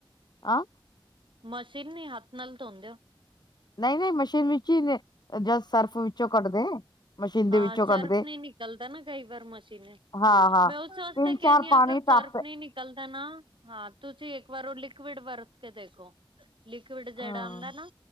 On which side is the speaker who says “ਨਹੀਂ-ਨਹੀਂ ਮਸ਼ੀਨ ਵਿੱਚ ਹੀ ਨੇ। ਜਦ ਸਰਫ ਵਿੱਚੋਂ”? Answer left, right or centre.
Left